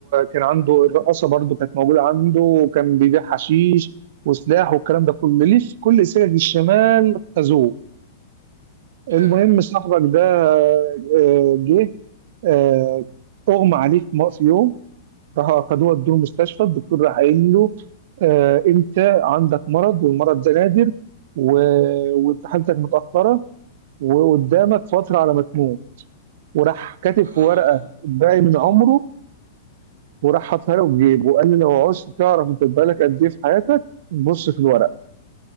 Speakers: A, on the right (about 55°); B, on the right (about 70°).
A: كان عنده الرقاصه برضو كانت موجوده عنده وكان بيبيع حشيش وسلاح والكلام ده كله ليه في كل سكك الشمال خدوه
B: حلو
A: المهم صاحبك ده آه، جه آه، اغمى عليه في م- في يوم راح اخدوه ادوه المستشفى الدكتور راح قايل له آه، انت عندك مرض والمرض ده نادر و- وانت حالتك متاخره وقدامك فتره على ما تموت وراح كاتب
B: يا نهار
A: في ورقه
B: ابيض
A: باقي من عمره وراح حاطها له في جيبه وقال له لو عوزت تعرف انت بقالك قد ايه في حياتك بص في الورقه